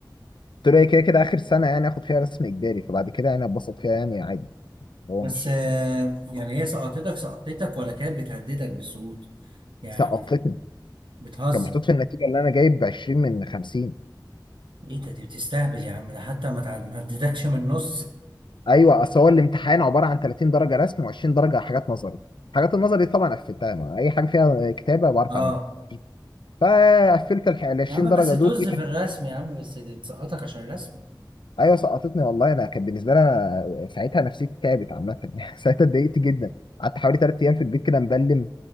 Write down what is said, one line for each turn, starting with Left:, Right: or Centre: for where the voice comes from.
Left: قلت له هي كده كده اخر سنه يعني اخد فيها رسم اجباري فبعد كده يعني اتبسط فيها يعني عادي هو
Right: بس
Left: مش
Right: آه، يعني هي سقطتك سقطتك ولا كانت بتهددك بالسقوط يعني
Left: سقطتني
Right: بتهزر
Left: كان محطوط في النتيجه اللي انا جايب 20 من 50
Right: ايه ده دي بتستهبل يا عم ده حتى ما تعد- ما هددكش من النص
Left: ايوه اصل هو الامتحان عباره عن 30 درجه رسم و20 درجه حاجات نظري حاجات النظري دي طبعا قفلتها ما اي حاجه فيها كتابه بعرف
Right: اه
Left: اعملها فقفلت ال 20
Right: يا عم
Left: درجه
Right: بس طز
Left: دول دي كانت-
Right: في الرسم يا عم بس دي تسقطك عشان الرسم
Left: ايوه سقطتني والله انا كان بالنسبه لي أنا ساعتها نفسيتي تعبت عامه <laughs> ساعتها اتضايقت جدا قعدت حوالي ثلاث ايام في البيت كده مبلم